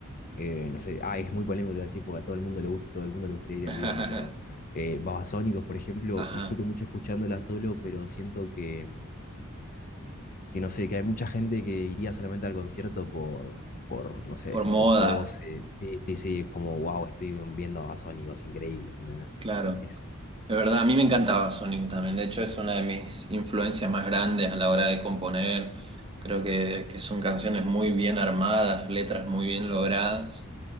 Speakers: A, on the left; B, on the right.
A: eh, no sé, ah, es muy polémico lo que voy a decir porque a todo el mundo le gusta y todo el mundo le gustaría ir en
B: <laughs>
A: vivo, ¿no? Pero eh, Babasónicos, por ejemplo,
B: Ajá,
A: disfruto mucho escuchándola solo, pero siento que, que no sé, que hay mucha gente que iría solamente al concierto por, por no sé,
B: por
A: si
B: moda,
A: por poses. Sí, sí, sí, es como, wow, estoy viendo a Babasónicos, increíble, ¿entendés?
B: claro.
A: Es,
B: De verdad, a mí me encantaba Sonic también. De hecho, es una de mis influencias más grandes a la hora de componer. Creo que, que son canciones muy bien armadas, letras muy bien logradas,